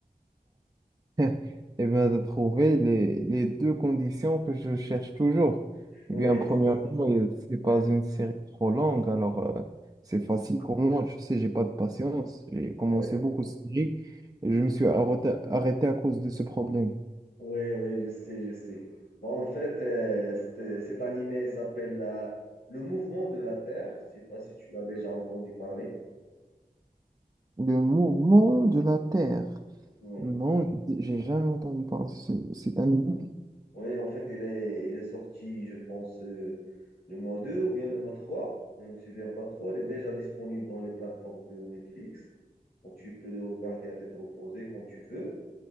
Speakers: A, on the right (about 25°); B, on the left (about 80°).
A: <laughs> Eh bien, de trouver les, les deux conditions que je cherche toujours.
B: <laughs>
A: Eh
B: Oui,
A: bien, premièrement,
B: c'est ça.
A: euh, c'est pas
B: <laughs>
A: une série trop longue, alors euh, c'est facile pour moi. Je sais, j'ai pas de patience. J'ai commencé
B: Oui,
A: beaucoup de séries et je me suis arrêté, arrêté à cause de ce problème.
B: oui, oui, je sais, je sais. Bon, en fait, euh, c'est- cet animé s'appelle la- Le Mouvement de la Terre. Je sais pas si tu l'as déjà entendu parler.
A: Le mouvement de la Terre.
B: Oui,
A: Non, j'ai j'ai jamais entendu parler de ce, cet animal.
B: oui, en fait, elle est, elle est sortie, je pense, euh, le mois 2 ou bien le mois trois Je ne me souviens pas trop. Elle est déjà disponible dans les plateformes de Netflix. Donc, tu peux le regarder à tête reposée quand tu veux.